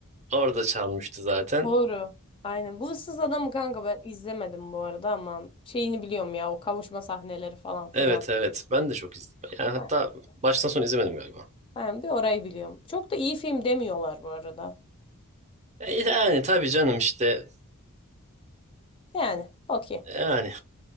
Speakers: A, on the right (about 30°); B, on the left (about 25°).
A: orada çalmıştı zaten.
B: Doğru. Aynen. Bu ıssız adamı kanka ben izlemedim bu arada ama şeyini biliyorum ya o kavuşma sahneleri falan filan.
A: Evet evet ben de çok izledim. Yani hatta
B: Aynen.
A: baştan sona izlemedim galiba.
B: Aynen, bir orayı biliyorum. Çok da iyi film demiyorlar bu arada.
A: E, yani tabii canım işte
B: Yani okey.
A: yani